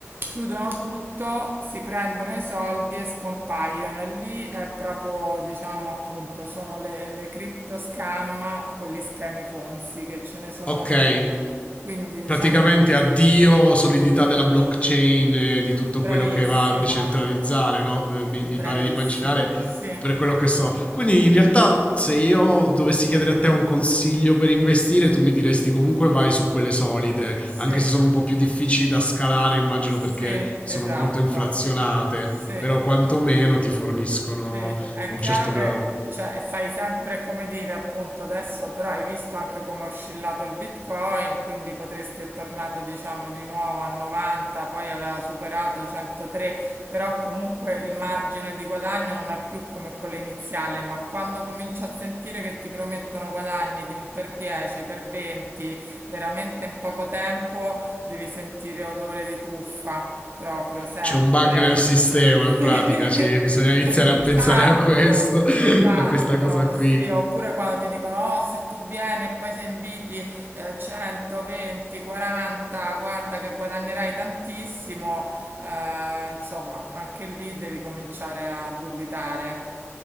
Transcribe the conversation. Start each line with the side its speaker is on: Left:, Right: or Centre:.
Right: Chiudono tutto, si prendono i soldi e scompaiono. E Lì è proprio, diciamo, appunto, sono le, le crypto scam con gli schemi Ponzi che ce ne sono,
Left: Ok,
Right: ahimè. Quindi, diciamo,
Left: praticamente addio solidità della blockchain, eh, di tutto
Right: bravissimo,
Left: quello che va a decentralizzare, no? Eh, Mi, mi
Right: bravissimo,
Left: pare di immaginare
Right: sì,
Left: per quello che so. Quindi in realtà se io dovessi chiedere a te un consiglio per investire, tu mi diresti comunque vai su quelle solide,
Right: sì,
Left: anche se sono un po' più difficili da scalare, immagino
Right: sì,
Left: perché
Right: esatto,
Left: sono molto inflazionate,
Right: sì.
Left: però quantomeno ti forniscono
Right: Sì, è
Left: un
Right: chiaro
Left: certo
Right: che
Left: grado.
Right: cioè, fai sempre come dire, appunto, adesso però hai visto anche come è oscillato il Bitcoin, quindi potresti è tornato, diciamo, di nuovo a 90, poi aveva superato 103, però comunque il margine di guadagno non è più come quello iniziale, ma quando cominci a sentire che ti promettono guadagni di un per 10, per 20, veramente in poco tempo devi sentire odore di truffa. Proprio, sempre.
Left: C'è un bug nel sistema,
Right: Sì,
Left: in pratica, ci-
Right: <laughs>
Left: bisogna iniziare
Right: esatto,
Left: a pensare a questo, <laughs>
Right: esatto,
Left: a questa cosa qui.
Right: sì, oppure quando ti dicono, oh, se tu vieni e poi se inviti eh, 120, 40, guarda che guadagnerai tantissimo, eh, insomma, anche lì devi cominciare a dubitare.